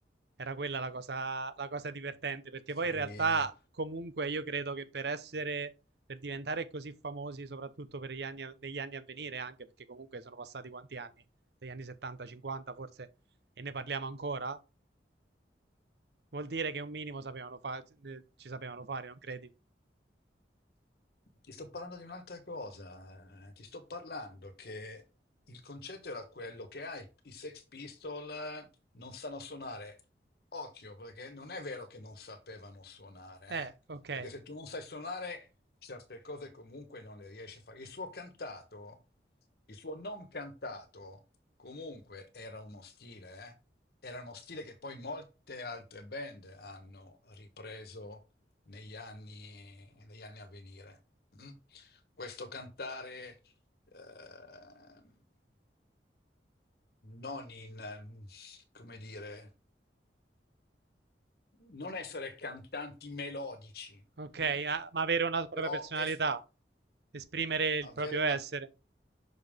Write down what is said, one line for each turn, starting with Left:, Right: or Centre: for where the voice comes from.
Right: Era quella la cosa, la cosa divertente, perché poi in
Left: I,
Right: realtà comunque io credo che per essere, per diventare così famosi, soprattutto per gli anni, a- negli anni a venire, anche perché comunque sono passati quanti anni? Degli anni 70, 50 forse, e ne parliamo ancora? Vuol dire che un minimo sapevano fa- eh, ci sapevano fare, non credi?
Left: Ti sto parlando di un'altra cosa, eh, ti sto parlando che il concetto era quello che ah, i i Sex Pistol eh, non sanno suonare. Occhio, perché non è vero che non sapevano suonare,
Right: Eh, ok,
Left: eh, Perché se tu non sai suonare certe cose comunque non le riesci a fare. Il suo cantato, il suo non cantato comunque era uno stile, eh, Era uno stile che poi molte altre band hanno ripreso negli anni, negli anni a venire. Mm? Questo cantare ehm, non in, ehm, come dire, non essere cantanti melodici,
Right: ok,
Left: mm?
Right: ah, ma avere una propria
Left: però
Right: personalità,
Left: è f-
Right: esprimere il
Left: avere
Right: proprio essere.
Left: una...